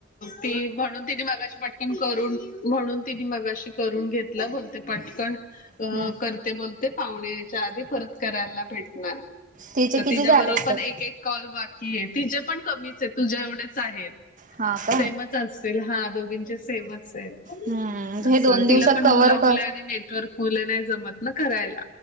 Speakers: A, on the left; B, on the right.
A: ती म्हणून तिने मागाशी पटकन करून म्हणून तिने मगाशी करून घेतला बोलते पटकन.
B: हम्म
A: अ करते बोलते पाहुणे एक त्याच्या आधी परत करायला नाही भेटणार मग
B: तिचे किती
A: तिच्याबरोबर
B: झालेत
A: पण
B: तर
A: एक एक कॉल बाकी त तिचे पण कमीच तुझ्या एवढे आहेत
B: हा का
A: सेमच असेल हा दोघींचे सेमच आहे.
B: हम्म हे
A: असं
B: दोन दिवसात
A: तिला पण
B: कव्हर
A: मुला मुले
B: कर
A: आणि नेटवर्क मुलं नाही जमत ना करायला